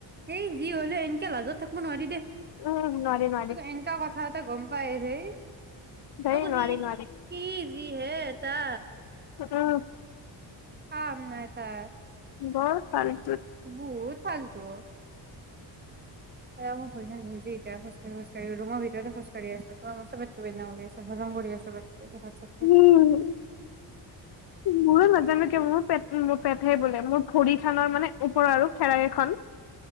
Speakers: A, on the right; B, on the left.
A: এই যি হ'লে এনকে লাজত থাকিব নোৱাৰি দে।
B: উম নোৱাৰি নোৱাৰি
A: এনেকা কথাতে গ'ম পাইৰেই
B: ধেই
A: <unintelligible>
B: নোৱাৰি নোৱাৰি
A: হি হে এটা
B: তহ
A: অমা এটাই
B: বৰ চালী
A: বহুত <unintelligible> তঅ এহ মোৰ ভৰি খন বিষাইছে এতিয়া খোজা় খোজাকাঢ়ি ৰুমৰ ভিতৰতে খোজকাঢ়ি আছো। আমাৰ চ বনাম <unintelligible> আছে হজম কৰি আছো। ভাত চাত খাই।
B: উম, মই নাজানো কিয় মোৰ পেট মোৰ পেটহে বোলে মোৰ ভৰি খনৰ মানে ওপৰৰ আৰু ফেৰাকেইখন